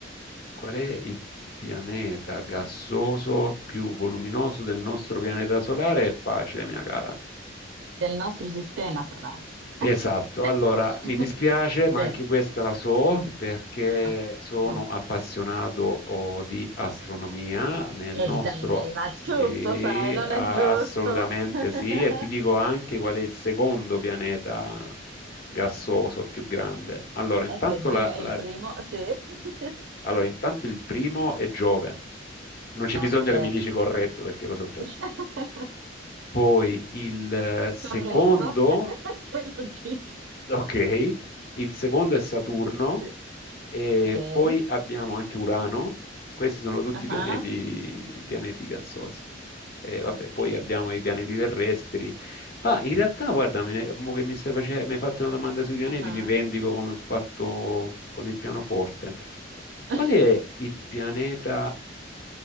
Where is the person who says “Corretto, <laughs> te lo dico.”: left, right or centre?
Right